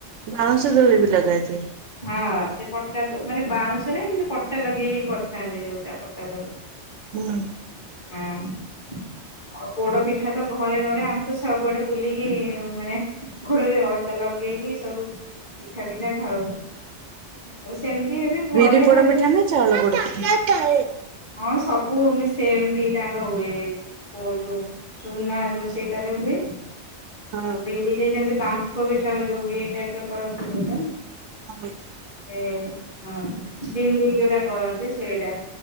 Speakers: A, on the right; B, on the left.
A: ବାଉଁଶ ଦୋଳି ବି ଲଗାଯାଏ।
B: ହଁ। ସେ ପଟା, ମାନେ ବାଉଁଶରେ ଏମିତି ପଟା ଲଗେଇକି କରିଥାନ୍ତି ଯୋଉଟା। ପଟା ଦୋଳି।
A: ହୁଁ
B: ହଁ। ଆଉ ପୋଡ ପିଠା ତ ଘରେ ଘରେ ଆମେ ତ ସବୁଆଡେ ବୁଲିକି ମାନେ ଗୋଡରେ ଅଳତା ଲଗ ଲଗେଇକି ସବୁ ପିଠା ପିଠା ଖାଉ। ଆଉ ସେମିତି ଏବେ ଘରେ
A: ବିରି ପୋଡପିଠା
B: ଖାଲି ଯେମିତି
A: ନା ଚାଉଳ ପୋଡପିଠା?
B: ହଁ ସବୁ ମି ସେମ୍ ଦିଟା ଆଙ୍କ ହୁଏ। ପୋଇ ଦଉ। ଚୁନା ଯୋଉ ସେଇଟାରେ ହୁଏ।
A: ହଁ।
B: ବିରିରେ ଯେମତି ବାମ୍ଫ ପିଠା ଯୋଉ ହୁଏ ଇଏ ଟାଇପ୍ କରନ୍ତି ଯଉଟା
A: <unintelligible>
B: ସେ ହଁ ଷ୍ଟିମ୍ ଦେଇ ଯୋଉଟା କରନ୍ତି ସେଇଟା।